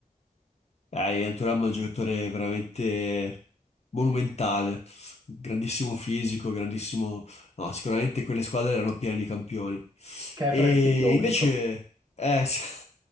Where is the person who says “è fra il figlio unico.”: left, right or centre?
Right